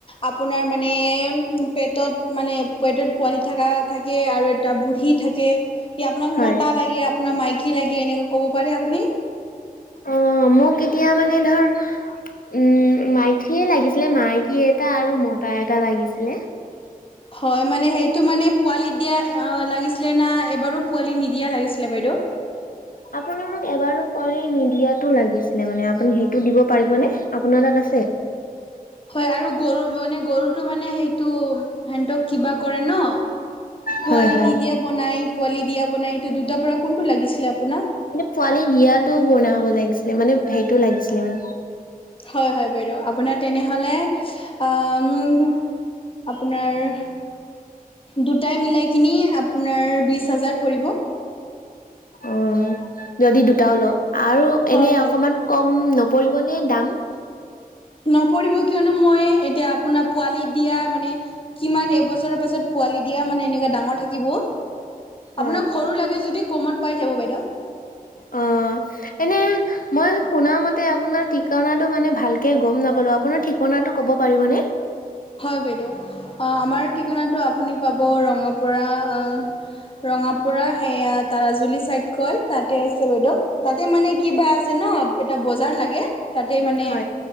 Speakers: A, on the left (about 35°); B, on the left (about 65°).
A: আপোনাৰ মানে পেটত মানে পেটত পোৱালি থকা থাকে আৰু এটা বুঢ়ী থাকে। সে আপোনাক
B: হয়
A: মত- গে আপোনাক মাইকী লাগে এনেকা ক'ব পাৰে আপুনি?
B: অ মোক এতিয়া মানে ধৰ উম মাইকীয়ে লাগিছিলে‌, মাইকী এটা আৰু মতা এটা লাগিছিলে।
A: হয় মানে সেইটো মানে পোৱালিত দিয়া লাগিছিলে না এবাৰো পোৱালি নিদিয়া লাগিছিলে বাইদেউ?
B: আপোনাৰ এবাৰো পোৱালি নিদিয়াটো লাগিছিল মানে আপুনি সেইটো দিব পাৰিবনে? আপোনাৰ তাত আছে?
A: হয় আৰু গৰু মানে গৰুটো মানে সেইটো সেনতক কিবা কৰে ন।
B: হয়,
A: পোৱালি
B: হয়।
A: নিদিয়া বনাই পোৱালি দিয়া বনাই সেটো দুটা পৰা কোনটো লাগিছিলে আপোনাক?
B: পোৱালী দিয়াটো বনাব লাগিছিলে মানে সেইটো লাগিছিলে মানে।
A: হয় হয় বাইদেউ আপোনাৰ তেনেহলে আ উম আপোনাৰ দুটাই মিলাই কিনি আপোনাৰ বিছ হাজাৰ পৰিব।
B: উম যদি দুটাও লওঁ আৰু
A: হয়
B: এনে
A: হয়।
B: অকমান, কম নপৰিবনে দাম।
A: নপৰিব কিয়নো মই এতিয়া আপোনাৰ পোৱালি দিয়া মানে। কিমান এবছৰৰ পাছত পোৱালি দিয়া মানে এনেকুৱা ডাঙৰ থাকিব।
B: হয়,
A: আপোনাক সৰু লাগে যদি কমত পাই যাব বাইদেউ।
B: অ এনে, মই শুনা মতে আপোনাৰ ঠিকনাটো মানে ভালকে গম নাপালো আপোনাৰ ঠিকনাটো ক'ব পাৰিবনে।
A: হয় বাইদেউ আমাৰ ঠিকনাটো আপুনি পাব ৰঙাপ আ ৰঙাপুৰা সেয়া তাৰাজুলি চাইদ। কয় তাতে আছে বাইদেউ তাতে মানে কিবা আছে ন এটা বজাৰ লাগে। তাতে মানে
B: হয়,